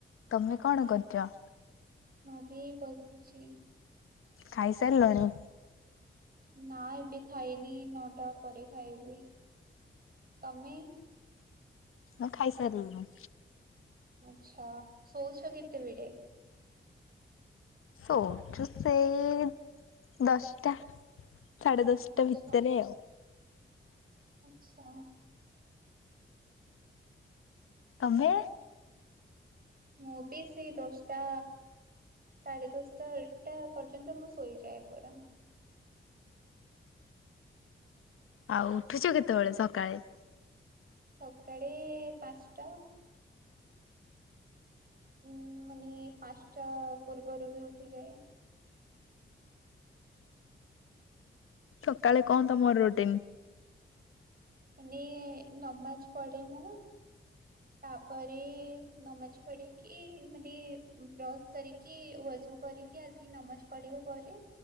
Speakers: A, on the left; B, on the right.
A: ତମେ କଣ କରଛ?
B: ମୁଁ ବି ବସିଛି।
A: ଖାଇସାରିଲଣି?
B: ନା ଏବେ ଖାଇନି ନଅଟା ପରେ ଖାଇବି ତମେ?
A: ମୁଁ ଖାଇସାରିଲିଣୀ।
B: ଆଛା ଶୋଉଛ କେତେବେଳେ?
A: ଶୋଉଚୁ ସେଇ ଦଶଟା। ସାଢେ ଦଶଟା
B: ଆଚ୍ଛା
A: ଭିତରେ ଆଉ।
B: ଆଚ୍ଛା।
A: ତମେ?
B: ମୁଁ ବି ସେଇ ଦଷ୍ଟା ସାଢ଼େ ଦଶଟା ଏକ ଟା ପର୍ଯ୍ୟନ୍ତ ମୁଁ ଶୋଇଯାଏ ପରା।
A: ଆଉ ଉଠୁଛ କେତେବେଳେ ସକାଳେ?
B: ସକାଳେ ପାଞ୍ଚଟା। ଉଁ ମାନେ ପାଞ୍ଚଟା ପୂର୍ବରୁ ବି ଉଠିଯାଏ।
A: ସକାଳେ କଣ ତମର ରୁଟିନ୍?
B: ମାନେ ନମାଜ ପଢେ ମୁଁ ତାପରେ ନମାଜ ପଡିକି ମାନେ ବ୍ରସ୍ କରି କି ୱାଜୁ କରିକି ଆସିକି ନମାଜ ପଢିବା ପରେ